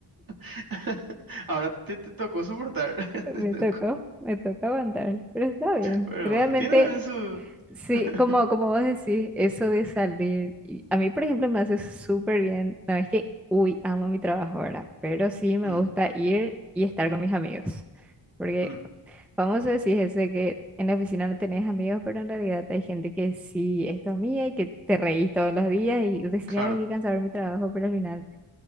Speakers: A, on the right; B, in the centre.
A: <laughs> Ahora te, te tocó soportar. <laughs>
B: Me
A: Te tocó.
B: tocó, me tocó aguantar, pero está bien.
A: Pero
B: Realmente
A: bueno, tiene también su...
B: Sí,
A: <laughs>
B: como, como vos decís, eso de salir, y a mí, por ejemplo, me hace súper bien. No es que, uy, amo mi trabajo ahora, pero sí me
A: Mm,
B: gusta ir y estar con mis amigos. Porque
A: mm,
B: fa- famoso decís ese que en la oficina no tenés amigos, pero en realidad hay gente que sí es tu amiga y que te reís todos los días y decías,
A: claro,
B: ay, qué cansado mi trabajo, pero al final,